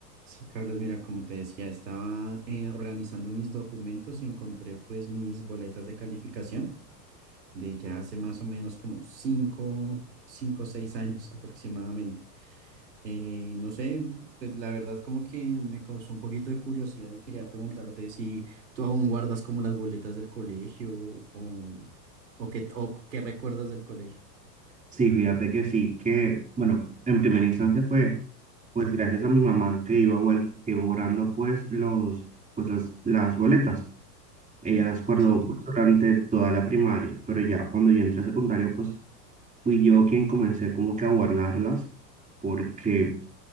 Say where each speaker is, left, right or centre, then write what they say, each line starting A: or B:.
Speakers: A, on the right (about 85°); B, on the right (about 15°).
A: Sí, Carlos, mira, como te decía, estaba eh, organizando mis documentos y encontré pues mis boletas de calificación de ya hace más o menos como cinco, cinco, o 6 años aproximadamente. Eh, no sé, pues la verdad como que me causó un poquito de curiosidad y quería preguntarte si tú aún guardas como las boletas del colegio o, o, qué, o qué recuerdas del colegio.
B: Sí, fíjate que sí, que, bueno, en primera instancia fue, pues gracias a mi mamá que iba, guar- que iba guardando, pues, los, pues las, las boletas. Ella las guardó,
A: Sí.
B: pues, durante toda la primaria, pero ya cuando yo entré a secundaria, pues, fui yo quien comencé como que a guardarlas, porque,